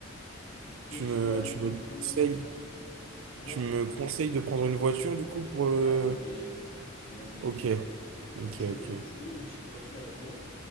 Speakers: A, on the left; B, on the right.
A: dès
B: tu
A: que tu
B: me,
A: dois aller
B: tu
A: au
B: me
A: boulot,
B: conseilles,
A: tout ça, c'est. Dis-moi.
B: tu me conseilles de prendre une voiture, du coup, pour le.
A: Ah, t'es obligé. T'es obligé.
B: Ok,
A: Donc
B: ok,
A: tu
B: ok.
A: loues, tu loues une petite voiture et tout.